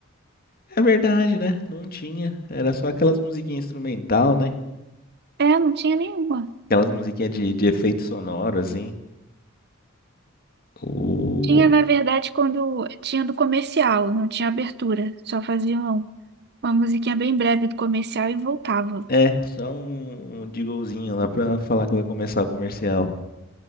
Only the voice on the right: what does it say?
É, não tinha nenhuma.
Tinha, na verdade, quando tinha do comercial, não tinha abertura. Só faziam uma musiquinha bem breve do comercial e voltava.